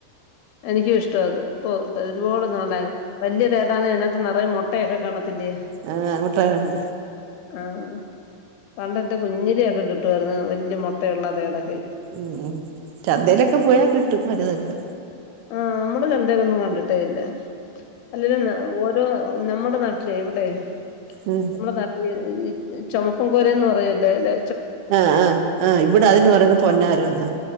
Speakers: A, on the left; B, on the right.
A: എനിക്കു ഇഷ്ട അത് ഇപ്പൊ ഒരുപാട് നാളെ വലിയ തേടാന്ന് അതിനകത്ത് നിറയെ മു മുട്ടയൊക്കെ കാണത്തില്ലേ
B: ആഹ് അങ്ങോട്ടാണ്
A: ആഹ പണ്ടെന്റെ കുഞ്ഞിലെയൊക്കെ കിട്ടുവായിരുന്നു വല്യ മുട്ടയുള്ളതേടൊക്കെ
B: ഉം ചന്തയിലൊക്കെ പോയാൽ കിട്ടും വലുതൊക്കെ
A: ആഹ് നമ്മള് ചന്തേയിലൊന്നും കണ്ടിട്ടേ ഇല്ല അല്ലെങ്ക ആ നമ്മുടെ നാട്ടിലെ എവിടെ
B: ഉം
A: നമ്മുടെ നാട്ടില് ചുമപ്പൻ കോരന്ന് പറയല്ലേല്ലെ
B: ആഹ് ആഹ് ആഹ് ഇവിടെ അതിന് പറയുന്ന പൊന്നാരോന്ന